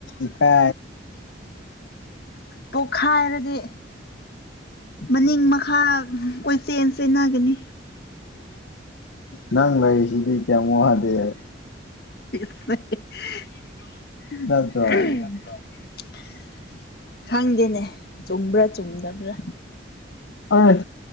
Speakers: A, on the left (about 75°); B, on the left (about 55°).
A: ꯏ ꯀ
B: ꯄꯣꯛꯈꯥꯏ ꯍꯥꯏꯔꯗꯤ ꯃꯅꯤꯡ ꯃꯈꯥ ꯀꯣꯏꯆꯦꯟ ꯆꯦꯟꯅꯒꯅꯤ
A: ꯅꯪ ꯂꯩꯁꯤꯗꯤ ꯀꯌꯥꯃ ꯍꯥꯗꯦ ꯍꯥꯏ
B: <unintelligible>
A: ꯅꯠꯇ꯭ꯔꯣ
B: ꯈꯪꯗꯦꯅꯦ ꯆꯨꯝꯕ꯭ꯔꯥ ꯆꯨꯝꯗꯕ꯭ꯔꯥ
A: ꯑ ꯍ